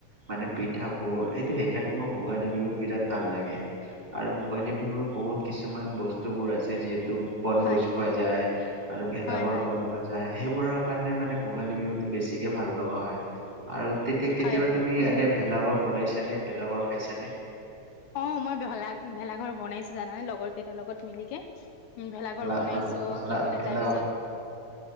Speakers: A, on the right; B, on the left.
A: মানে পিঠাবোৰ এইটো সেইকাৰণে মোৰ ভোগালী বিহু বিৰাট ভাল লাগে। আৰু ভোগালী বিহুৰ বহুত কিছুমান বস্তুবোৰ আছে, যিহেতু বনভোজ
B: হয়
A: খোৱা যায়। আৰু ভেলাঘৰ
B: হয় হয়
A: বনোৱা যায়, সেইবোৰৰ কাৰণে মানে ভোগালী বিহুতটো বেছিকে ভাল লগা হয়। আৰু তেতিয়া কেতিয়াবা
B: হয় হয়
A: তুমি এনে ভেলাঘৰ বনাইছানে, ভেলাঘৰ খাইছানে?
B: অঁ মই ভেলা ভেলাঘৰ বনাইছো জানানে লগৰ কেইটাৰ লগত মিলিকে। উম ভেলাঘৰ
A: ভেলা
B: বনাইছো
A: ভেলা ভেলা
B: কি বোলে
A: ভেলা
B: তাইৰ পিছত